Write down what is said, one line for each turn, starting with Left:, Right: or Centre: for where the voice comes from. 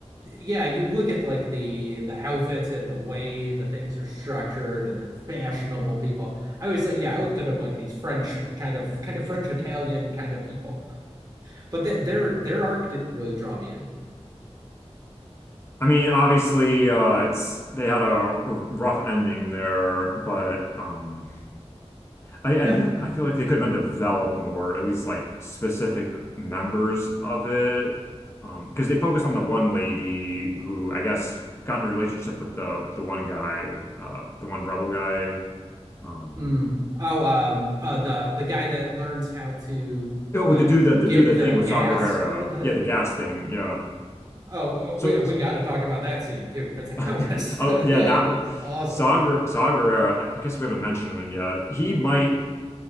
Right: Yeah, you look at like the the outfits and the way the things are structured and they're fashionable people. I was like, yeah, I looked at them like these French uh, kind of kind of French Italian kind of people. But th their their arc didn't really draw me in.
Left: I mean, obviously, uh, it's they had a rough ending there, but um, I I,
Right: Yeah.
Left: did,
Right: <laughs>
Left: I feel like they could have been developed more, at least like specific members of it, um, because they focus on the one lady who I guess got in a relationship with the the one guy, uh, the one rebel guy. Um,
Right: Mm. Oh, um, uh, the the guy that learns how to
Left: oh,
Right: like
Left: to do the to
Right: get
Left: do the
Right: the
Left: thing with
Right: gas
Left: Saw Gerrera,
Right: out of the thing.
Left: yeah, the gas thing, yeah.
Right: Oh, uh, we
Left: So,
Right: uh, we got to talk about that scene too, because that
Left: <laughs>
Right: was
Left: oh
Right: <laughs> that
Left: yeah, that
Right: was
Left: one,
Right: awesome.
Left: Saw Ger- Saw Gerrera. I, I guess we haven't mentioned him yet. He might.